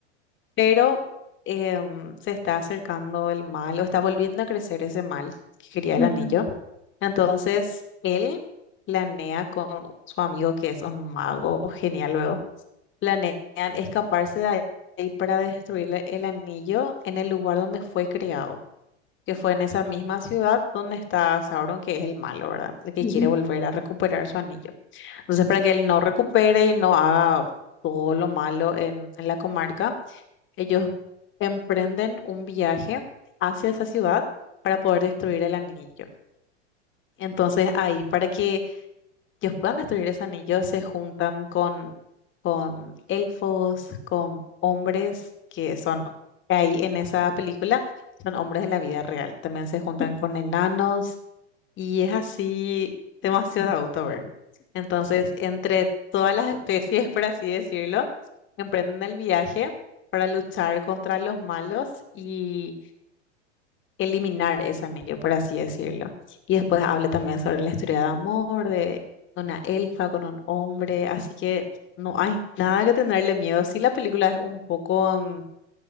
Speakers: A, on the left; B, on the left.
A: pero em, se está acercando el mal o está volviendo a crecer ese mal que quería el
B: Ujú,
A: anillo. Entonces, él planea con su amigo, que es un mago genial luego, planean escaparse de ahí para destruirle el anillo en el lugar donde fue creado, que fue en esa misma ciudad donde está Sauron, que es el malo, ¿verdad? El que
B: ujú,
A: quiere volver a recuperar su anillo. Entonces, para que él no recupere y no haga todo lo malo en en la comarca, ellos emprenden un viaje hacia esa ciudad para poder destruir el anillo. Entonces ahí, para que ellos puedan destruir ese anillo, se juntan con, con elfos, con hombres que son, que ahí en esa película, son hombres de la vida real. También se
B: <laughs>
A: juntan
B: ujú.
A: con enanos y es así demasiado a gusto ver. Entonces, entre todas las <laughs> especies, por así decirlo, emprenden el viaje para luchar contra los malos y eliminar ese anillo, por así decirlo. Y después habla también sobre la historia de amor, de una elfa con un hombre, así que no hay nada que tenerle miedo. Sí, la película es un poco mm,